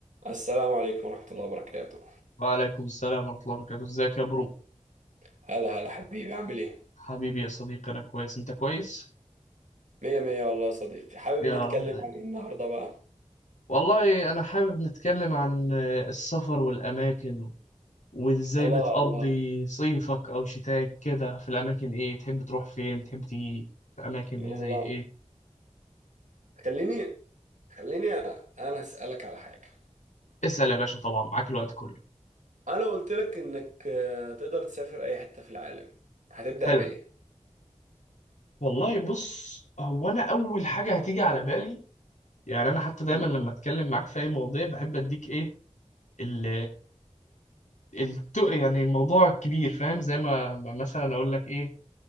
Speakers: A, on the right; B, on the left.
A: السلام عليكم ورحمة الله وبركاته
B: وعليكم السلام ورحمة الله وبركاته ازيك يا برو
A: هلا هلا حبيبي عامل ايه؟
B: حبيبي يا صديقي أنا كويس أنت كويس
A: مية مية والله يا صديقي حابب
B: يا
A: نتكلم
B: رب دايما
A: عن ايه النهاردة بقى؟
B: والله أنا حابب نتكلم عن آه، السفر والأماكن وإزاي
A: الله
B: بتقضي
A: الله
B: صيفك أو شتاك كده في الأماكن إيه تحب تروح فين تحب تيجي في أماكن
A: الله
B: إيه زي إيه
A: خليني خليني انا اسألك على حاجة
B: اسأل يا باشا طبعا معاك الوقت كله
A: انا قلت لك انك آه، تقدر تسافر اي حتة في العالم هتبدأ
B: حلو
A: بإيه؟
B: والله بص هو أنا أول حاجة هتيجي على بالي يعني أنا حتى دايما
A: مم.
B: لما أتكلم معاك في أي مواضيع بحب أديك إيه ال الت... يعني الموضوع كبير فاهم زي ما ما مثلا اقول لك ايه